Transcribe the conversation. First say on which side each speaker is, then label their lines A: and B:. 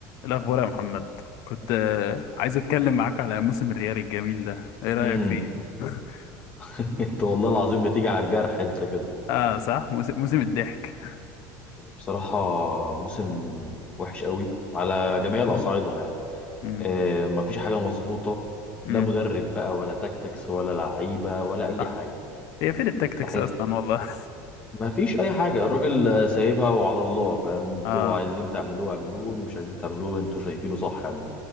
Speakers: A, on the left; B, on the left.
A: الأخبار يا محمد كنت آه، عايز أتكلم معاك على موسم الريال الجميل ده إيه رأيك
B: امم
A: فيه؟ <laughs>
B: <laughs> انت والله العظيم بتيجي على الجرح انت كده
A: آه صح موسم, موسم الضحك
B: بصراحة موسم وحش قوي على
A: مم.
B: جميع الأصعدة يعني
A: مم.
B: اه مفيش حاجة مظبوطة
A: مم.
B: لا مدرب بقى ولا تاكتكس ولا لعيبة ولا أي
A: صح
B: حاجة
A: هي فين التكتكس
B: تحس
A: أصلا والله
B: مفيش أي حاجة الراجل آه، سايبها وعلى الله فاهم
A: <laughs>
B: انتوا
A: آه
B: عايزين تعملوه اعملوه مش عايزين تعملوه انتوا شايفينه صح اعملوه